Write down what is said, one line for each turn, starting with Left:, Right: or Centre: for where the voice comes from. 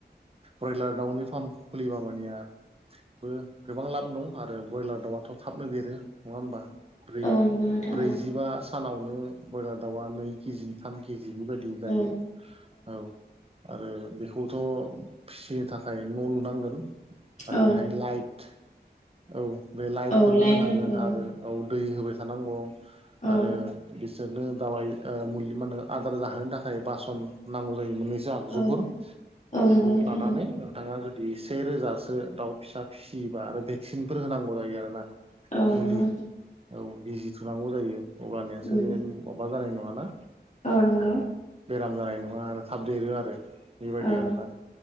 Right: ब्रयलार दाउनि फार्मखौ खुलिबा मानेया बो गोबां लाब दं आरो ब्रयलार दाउआथ' थाबनो देरो। नङा होमबा ब्रैजिबा
Left: औ नंगौ नोंथां औ
Right: सानावनो ब्रयलार दाउआ नै केजि थाम केजि जिबायदि जायो
Left: औ
Right: औ। आरो बेखौथ' फिसिनो थाखाय न' लुनांगोन आरो
Left: औ
Right: बेहाय लाइट औ। बे लाइटफोरखौ
Left: औ लाइट
Right: होनांगोन
Left: नांगौ
Right: आरो औ दै होबाय थानांगौ
Left: औ
Right: आरो बिसोरनो दावाय ओ मुलि माहोनो आदार जाहोनो थाखाय बासन नांगौ जायो मोन्नै सो आगजु
Left: औ
Right: फोर बेफोरखौ
Left: औ नंगौ नोंथां
Right: लानानै नोंथांआ जुदि से रोजा सो दासो दाउ फिसा फिसियोबा आरो भेक्सिनफोर होनांगौ जायो आरोना।
Left: औ
Right: मुलि
Left: नंगौ।
Right: औ बिजि थुनांगौ जायो अब्लानियासो
Left: उम
Right: बे अबबा जानाय नङाना
Left: औ नंगौ
Right: बेराम जानाय नङा आरो थाब देरो आरो बेबायदि
Left: औ
Right: आरोना।